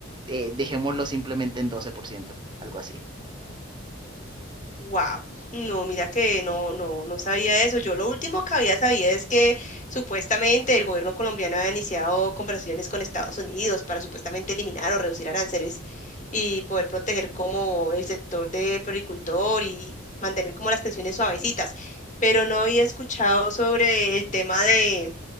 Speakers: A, on the right (about 20°); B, on the left (about 35°).
A: eh, dejémoslo simplemente en doce por ciento algo así.
B: Wow, no, mira que no, no, no sabía eso. Yo lo último que había sabido es que supuestamente el gobierno colombiano había iniciado conversaciones con Estados Unidos para supuestamente eliminar o reducir aranceles y poder proteger como el sector de floricultor y mantener como las tensiones suavecitas. Pero no había escuchado sobre el tema de,